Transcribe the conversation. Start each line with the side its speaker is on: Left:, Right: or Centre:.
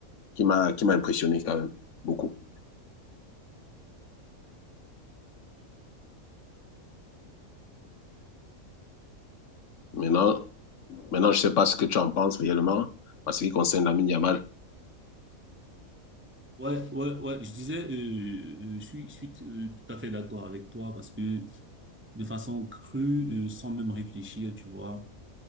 Left: qui m'a, qui m'a impressionné quand même beaucoup. Maintenant, maintenant, je ne sais pas ce que tu en penses réellement en ce qui concerne Lamine Yamal.
Right: Ouais, ouais, ouais, je disais, euh, euh, je suis, je suis euh, tout à fait d'accord avec toi parce que de façon crue, euh, sans même réfléchir, tu vois,